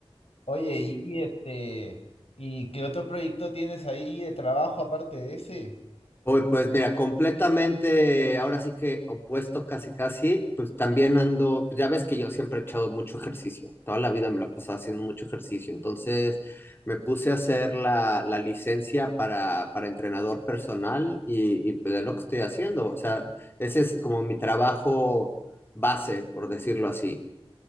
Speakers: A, on the left; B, on the left.
A: Oye, y este, ¿y qué otro proyecto tienes ahí de trabajo aparte de ese?
B: Uy, pues mira, completamente, ahora sí que opuesto casi casi, pues también ando, pues, ya ves que yo siempre he echado mucho ejercicio, toda la vida me la pasaba haciendo mucho ejercicio, entonces me puse a hacer la, la licencia para, para entrenador personal y, y pues es lo que estoy haciendo, o sea, ese es como mi trabajo base, por decirlo así.